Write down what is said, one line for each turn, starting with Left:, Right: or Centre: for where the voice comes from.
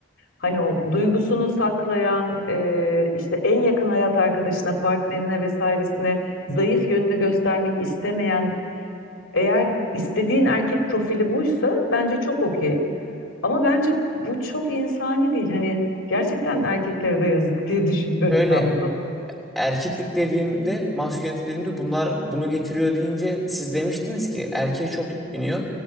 Left: hani o duygusunu saklayan e, işte en yakın hayat arkadaşına, partnerine vesairesine zayıf yönünü göstermek istemeyen eğer istediğin erkek profili buysa bence çok okey. Ama bence bu çok insani değil. Hani gerçekten erkeklere de yazık <laughs> diye düşünüyorum
Centre: Şöyle
Left: ben bunu.
Centre: erkeklik dediğimde, maskülenite dediğimde bunlar bunu getiriyor deyince siz demiştiniz ki erkeğe çok yük biniyor.